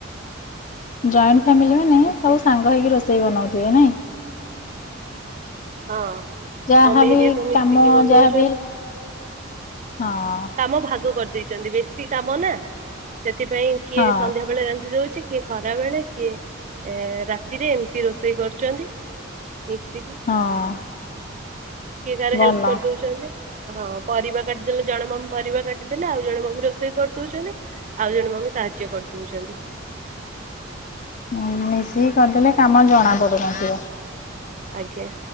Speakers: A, on the left; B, on the right.
A: ଜଏଣ୍ଟ ଫ୍ୟାମିଲି ମାନେ,
B: ଆଜ୍ଞା
A: ସବୁ ସାଙ୍ଗ ହେଇକି ରୋଷେଇ ବନଉଥିବେ ନାଇଁ?
B: ହଁ
A: ଯାହାବି
B: ମମି ହେରିକା ସବୁ ମିଶିକି
A: କାମ
B: ବନଉଛନ୍ତି।
A: ଯାହାବି ହଁ
B: କାମ ଭାଗ କରିଦେଇଛନ୍ତି, ବେଶୀ କାମ ନା, ସେଥିପାଇଁ କିଏ
A: ହଁ
B: ସନ୍ଧ୍ୟା ବେଳେ ରାନ୍ଧି ଦଉଛି କିଏ ଖରା ବେଳେ, କିଏ ଏ ରାତିରେ, ଏମିତି ରୋଷେଇ କରୁଛନ୍ତି। ମିଶକି,
A: ହଁ
B: କିଏ କାହାର
A: ଭଲ
B: ହେଲ୍ପ କରିଦଉଛନ୍ତି। ହଁ ପରିବା କାଟିଦେଲେ ଜଣେ ମମି ପରିବା କାଟିଦେଲେ, ଆଉ ଜଣେ ମମି ରୋଷେଇ କରିଦଉଛନ୍ତି, ଆଉ ଜଣେ ମମି ସା କରି ଦଉଛନ୍ତି।
A: ହଁ ମିଶିକି କରିଦେଲେ କାମ ଜଣା ପଡୁନଥିବ।
B: ଆଜ୍ଞା।